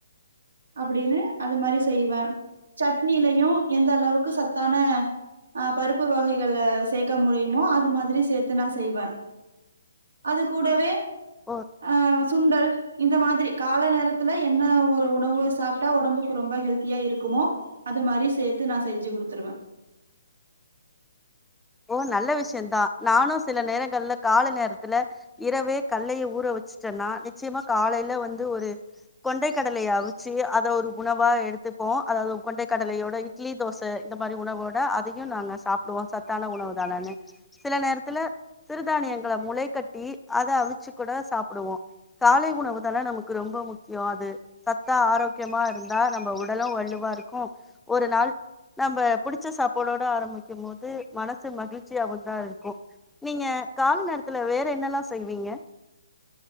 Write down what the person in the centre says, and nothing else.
ஓ
ஓ நல்ல விஷயம்தான் நானும் சில நேரங்கள்ல கால நேரத்துல இரவே கல்லைலா ஊற வச்சுட்டேன்னா நிச்சயமா காலையில வந்து ஒரு கொண்டை கடலைய அவிச்சு அத ஒரு உணவா எடுத்துப்போம் அதாவது கொண்டை கடலையோட இட்லி தோசை இந்த மாரி உணவோட அதையும் நாங்க சாப்படுவோம் சத்தான உணவு தானு சில நேரத்துல சிறுதானியங்கள முளை கட்டி அத அவிச்சு கூட சாப்பிடுவோம் காலை உணவு தானே நமக்கு ரொம்ப முக்கியம் அது சத்தா ஆரோக்கியமா இருந்தா நம்ம உடலும் வள்ளுவா இருக்கும் ஒரு நாள் நம்ம புடிச்ச சாப்பாடோட ஆரம்பிக்கும் போது மனசு மகிழ்ச்சியாவ தான் இருக்கும் நீங்க கால நேரத்துல வேற என்னல்லாம் செய்வீங்க